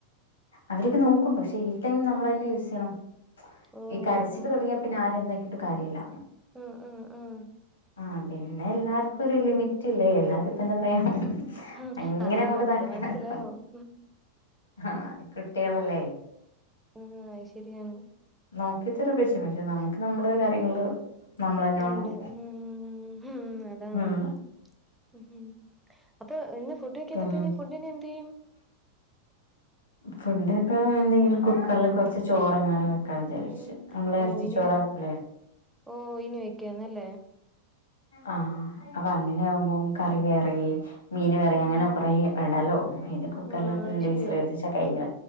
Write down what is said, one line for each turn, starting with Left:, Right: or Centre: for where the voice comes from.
Left: അവരൊക്കെ നോക്കും പക്ഷെ ഈ ടൈം നമ്മൾന്നെ
Centre: ഉം
Left: യൂസെയ്യണം
Centre: ഓഹ്
Left: ഈ കരച്ചില് തൊടങ്ങിയ പിന്നെ ആരെ എന്താക്കിട്ടു കാര്യല്ല
Centre: ആഹ് ആഹ് ആഹ്
Left: ആഹ് പിന്നെ എല്ലാർക്കും
Centre: ഉം
Left: ഒരു ലിമി പറ്റില്ലേ എല്ലാരുംപ്പെന്താ പറയാ
Centre: ഉം
Left: അങ്ങനെ
Centre: അതാണ്
Left: അങ്ങോട്ട്
Centre: അതൊക്കെ
Left: ഇതാക്കാനക്ക
Centre: മനസ്സിലാവും
Left: ആഹ് കുട്ടികളല്ലേ
Centre: ഉം അഹ് ശെരിയാണ്
Left: നോക്കിത്തരും പക്ഷെ നമുക്ക് നമ്മളെ കാര്യങ്ങള് നമ്മളന്നെ വേണം
Centre: ഉണ്ട് ഉം ഉം അതാണ്
Left: ഉം
Centre: ഉം അപ്പൊ ഇന്ന് ഫുഡ് കെക്കാത്തപ്പ
Left: പിന്നെ
Centre: ഇനി ഫുഡിനി എന്തെയ്യും
Left: ഫുഡക്കെ എന്തെങ്കിലും കുക്കറില് കൊറച്ച് ചോറങ്ങാനും വെ ക്കാന്ന് വിജാരിച്ച്
Centre: ഉം
Left: അമ്മള് എറച്ചി
Centre: ഇനി
Left: ചോറാക്കൂലെ
Centre: ഓഹ് ഇനി വയ്ക്കാന്നല്ലേ
Left: ആഹ് അപ്പൊ അങ്ങനെ ആവുമ്പോം കറി വേറെ മീൻ വേറെ
Centre: ഉം
Left: അങ്ങനെ കൊറെ വേണ്ടാലോ ഇത് കുക്കർൽ
Centre: ആഹ്
Left: ഇട്ട് രണ്ട്
Centre: ശരിയാ
Left: വിസ്ൽ കേപ്പിച്ചാ കഴിഞ്ഞ്